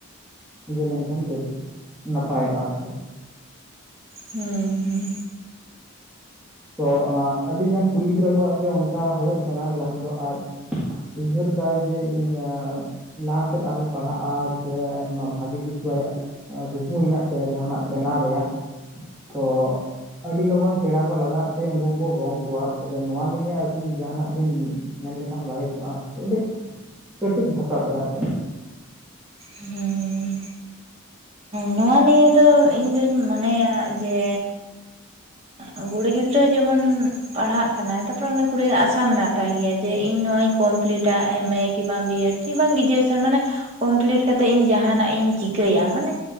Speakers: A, in the centre; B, on the right.
A: ᱤᱭᱟᱹ ᱞᱮᱱᱠᱷᱟᱱ ᱵᱮᱥ ᱱᱟᱯᱟᱭᱚᱜᱼᱟ ᱟᱨᱠᱤ
B: ᱦᱩᱸ, ᱦᱩᱸ,
A: ᱛᱚ ᱟᱹᱰᱤᱜᱟᱱ ᱠᱩᱲᱤ ᱜᱤᱫᱽᱨᱟᱹ ᱠᱚᱣᱟᱜ ᱜᱮ ᱚᱱᱠᱟ ᱦᱩᱭᱩᱜ ᱠᱟᱱᱟ, ᱡᱟᱦᱟᱸ ᱫᱚ ᱟᱡᱼᱼ ᱩᱭᱦᱟᱹᱨᱫᱟᱭ ᱡᱮ ᱤᱧᱟᱹᱜᱼᱼ ᱞᱟᱦᱟ ᱥᱮᱫ ᱟᱨᱚᱧ ᱯᱟᱲᱦᱟᱜᱼᱟ, ᱥᱮ ᱵᱷᱟᱹᱜᱤ ᱠᱤᱪᱷᱩ ᱟᱭᱟᱜ ᱠᱩᱠᱢᱩ ᱦᱮᱱᱟᱜ ᱛᱟᱭᱟ ᱡᱟᱦᱟᱱᱟᱜ ᱵᱮᱱᱟᱣ ᱨᱮᱭᱟᱜ᱾ ᱛᱚ ᱟᱹᱰᱤ ᱞᱚᱜᱚᱱ ᱯᱮᱲᱟ ᱠᱚ ᱞᱟᱜᱟᱜ ᱛᱮ, ᱩᱱᱠᱩ ᱠᱚ ᱜᱚᱝ ᱠᱚᱣᱟ, ᱛᱟᱦᱚᱞᱮ ᱱᱚᱣᱟ ᱱᱤᱭᱟᱹ ᱟᱹᱵᱤᱱ ᱡᱟᱦᱟᱱᱟᱜ ᱵᱤᱱ ᱢᱮᱱ ᱞᱮᱠᱷᱟᱱ ᱵᱷᱟᱜᱮ ᱠᱚᱜᱼᱟ, <unintelligible> ᱠᱟᱹᱴᱤᱡ ᱵᱷᱟᱥᱟ ᱛᱮ ᱟᱨᱠᱤ,
B: ᱦᱩᱸ ᱱᱚᱶᱟ ᱱᱤᱭᱮ ᱫᱚ ᱤᱧ ᱫᱩᱧ ᱢᱚᱱᱮᱭᱟ ᱡᱮ, ᱟ ᱠᱩᱲᱤ ᱜᱤᱫᱽᱨᱟᱹ ᱡᱮᱢᱚᱱ, ᱯᱟᱲᱦᱟᱜ ᱠᱟᱱᱟᱭ, ᱛᱟᱯᱚᱨᱮ ᱩᱱᱤ ᱠᱩᱲᱤᱭ ᱟᱥᱟ ᱢᱮᱱᱟᱜ ᱛᱟᱭ ᱜᱮᱭᱟ ᱡᱮ ᱤᱧ ᱱᱚᱣᱟᱧ ᱠᱚᱢᱯᱞᱤᱴᱟ ᱮᱢᱮᱠ ᱠᱤ ᱵᱟᱝ ᱵᱤᱭᱮᱰ ᱪ <unintelligible> ᱵᱟᱝ ᱜᱨᱮᱡᱩᱭᱮᱥᱚᱱ, ᱢᱟᱱᱮ ᱠᱚᱢᱯᱞᱤᱴ ᱠᱟᱛᱮ ᱤᱧ ᱡᱟᱦᱟᱱᱟᱜ ᱤᱧ ᱪᱤᱠᱟᱹᱭᱟ, ᱢᱟᱱᱮ